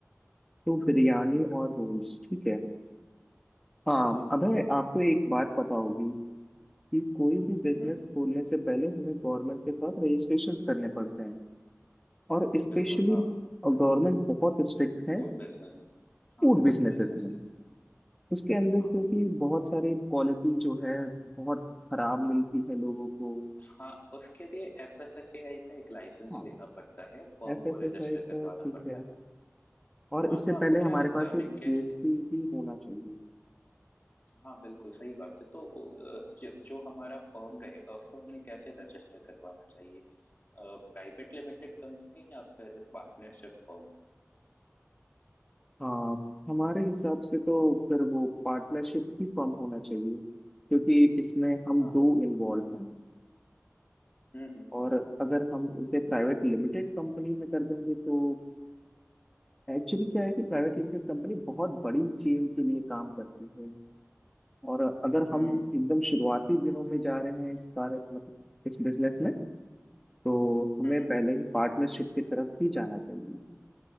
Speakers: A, in the centre; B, on the left.
A: तो बिरयानी
B: हम्म
A: और रोल्स ठीक है हाँ
B: हाँ
A: अबे आपको एक बात पता होगी कि कोई भी बिजनेस
B: हम्म
A: खोलने से पहले हमें गवर्नमेंट के साथ रजिस्ट्रेशन करने पड़ते हैं और स्पेशली
B: बिल्कुल हाँ हाँ
A: गवर्नमेंट बहुत स्ट्रिक्ट है
B: फूड बिजनेस में हाँ
A: फूड
B: फूड
A: बिजनेसेस
B: बिजनेस
A: में
B: के लिए
A: उसके अंदर क्योंकि
B: हाँ
A: बहुत सारी क्वालिटी जो है बहुत खराब मिलती है लोगों को
B: हाँ उसके लिए F S S A I का एक लाइसेंस
A: हाँ
B: लेना पड़ता है फर्म
A: एफ एस
B: को रजिस्टर
A: एस आई
B: करवाना
A: का ठीक
B: पड़ता
A: है
B: है
A: और
B: हाँ
A: इससे
B: तो
A: पहले
B: आपको
A: हमारे
B: क्या लगता
A: पास
B: है हमें
A: एक
B: कैसे
A: जीएसटी भी होना चाहिए
B: हाँ बिल्कुल सही बात है तो अ, जो जो हमारा फर्म रहेगा उसको हमें कैसे रजिस्टर करवाना चाहिए प्राइवेट लिमिटेड कंपनी या फिर पार्टनरशिप फर्म
A: हाँ हमारे हिसाब से तो फिर वो पार्टनरशिप ही फॉर्म होना चाहिए क्योंकि इसमें
B: हाँ
A: हम दो इन्वॉल्व हैं
B: हम्म हम्म हम्म
A: और अगर हम इसे प्राइवेट लिमिटेड कंपनी में कर देंगे तो एक्चुअली क्या है कि प्राइवेट लिमिटेड कंपनी बहुत बड़ी चेन के लिए काम करती है और अगर हम
B: हम्म
A: एकदम शुरुआती दिनों में जा रहे हैं इस बार मतलब इस बिजनेस में तो हमें
B: हम्म, हम्म,
A: पहले ही पार्टनरशिप की तरफ भी जाना चाहिए